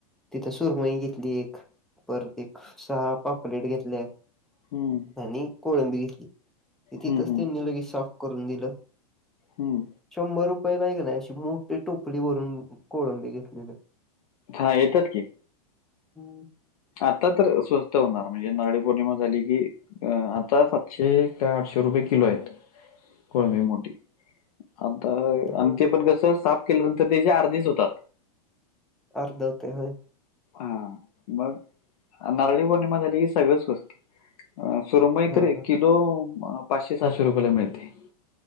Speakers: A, in the centre; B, on the left.
A: तित सुरमई घेतली एक. परत एक- सहा पापलेट घेतल्या.
B: हं.
A: आणि कोळंबी घेतली. ती तिथच
B: हम्म हम्म
A: त्यांनी लगेच साफ करून दिलं.
B: हं.
A: शंभर रुपयेलाय क नाही अशी मोठी टोपली भरून कोळंबी घेतलेली.
B: हा येतात की.
A: हं,
B: आता तर स्व त होणार म्हणजे नारळी पौर्णिमा झाली की अ आता सातशे ते आठशे रुपये किलो आहेत. कोळमे मोठी. आता
A: होय
B: अन ते पण कसं साफ केल्यानंतर त्याच्या अर्धीच होतात.
A: अर्ध होते व्हय.
B: हा मग नारळी पौर्णिमा झाली की सगळंच स्वस्थ. अ सुरमई
A: हा
B: तर एक
A: हा
B: किलो पाचशे सहाशे रुपयला मिळते.